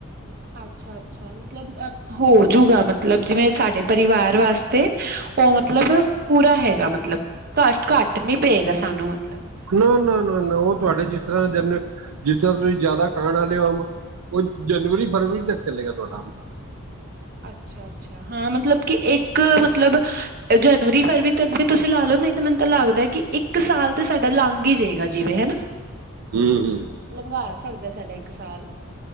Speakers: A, on the right (about 45°); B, on the right (about 85°).
A: ਅੱਛਾ-ਅੱਛਾ ਮਤਲਬ ਅ ਹੋਜੂਗਾ ਮਤਲਬ, ਜਿਵੇਂ ਸਾਡੇ ਪਰਿਵਾਰ ਵਾਸਤੇ ਉਹ ਮਤਲਬ ਪੂਰਾ ਹੈਗਾ ਮਤਲਬ, ਘੱਟ ਘੱਟ ਨੀ ਪਏਗਾ ਸਾਨੂੰ ਮਤਲਬ
B: ਨਾ ਨਾ ਨਾ ਨਾ ਉਹ ਤੁਹਾਡੇ ਜਿਸ ਤਰ੍ਹਾਂ ਜਨੇ ਜਿਸ ਤਰ੍ਹਾਂ ਤੁਸੀਂ ਜ਼ਿਆਦਾ ਖਾਣ ਵਾਲੇ ਹੋ ਅੰਬ ਉਹ ਜਨਵਰੀ - ਫਰਵਰੀ ਤੱਕ ਚਲੇਗਾ ਤੁਹਾਡਾ
A: ਅੱਛਾ-ਅੱਛਾ ਹਾਂ ਮਤਲਬ, ਕਿ ਇੱਕ ਮਤਲਬ ਜਨਵਰੀ-ਫਰਵਰੀ ਤੱਕ ਵੀ ਤੁਸੀਂ ਲਾ ਲਓ ਨਹੀਂ ਤੇ ਮੈਨੂੰ ਤਾਂ ਲੱਗਦਾ ਕਿ ਇੱਕ ਸਾਲ ਤੇ ਸਾਡਾ ਲੰਘ ਹੀ ਜਾਏਗਾ ਜਿਵੇਂ ਹਨਾ
B: ਹਮ-ਹਮ,
A: ਲੰਘਾ ਸਕਦਾ ਸਾਡਾ ਇੱਕ ਸਾਲ